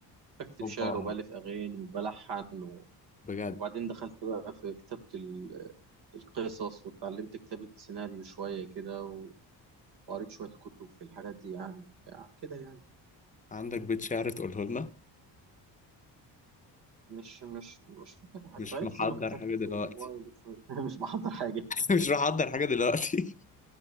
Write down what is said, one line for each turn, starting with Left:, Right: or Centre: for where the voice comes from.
Right: بكتب
Left: اوبا
Right: شعر وبألف أغاني وبلحن و-
Left: بجد
Right: وبعدين دخلت بقى في كتابة ال- القصص واتعلمت كتابة سيناريو شوية كده و- وقريت شوية كتب في الحاجات دي يعني بتاع كده يعني
Left: عندك بيت شعر تقوله لنا
Right: مش مش مش فاكر حاجة
Left: مش
Right: بقالي
Left: محضر
Right: كتير ما كتبتش
Left: حاجه دلوقتي
Right: والله بس <laughs> مش بحضر حاجة
Left: <laughs> مش محضر حاجه دلوقتي <laughs>